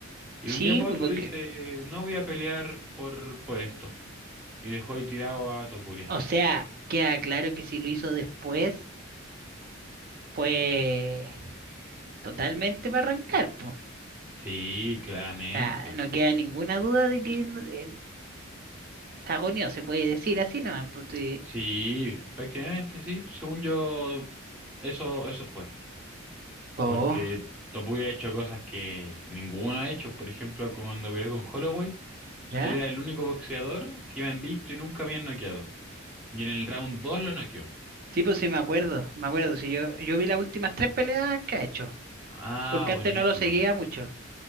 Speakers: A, in the centre; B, on the right (about 45°).
A: Y
B: Sí,
A: de un día para
B: pues,
A: otro
B: porque,
A: dice, no voy a pelear por, por esto. Y dejó ahí tirado a Topuria.
B: o sea, queda claro que si lo hizo después fue totalmente para arrancar, pues.
A: Sí, claramente.
B: O sea, no queda ninguna duda de que no- eh, cagoneó, se puede decir así nomás, pues, sí.
A: Sí, prácticamente sí. Según yo, eso, eso fue.
B: Oh,
A: porque Topuria ha hecho cosas que ninguno ha hecho. Por ejemplo, cuando peleó con Holloway,
B: ¿ya?
A: él era el único boxeador que iba invicto y nunca habían noqueado. Y en el round 2 lo noqueó.
B: Sí, pues sí, me acuerdo, me acuerdo, sí, yo, yo vi las últimas tres peleas que ha hecho,
A: Ah,
B: porque antes
A: buenísimo.
B: no lo seguía mucho,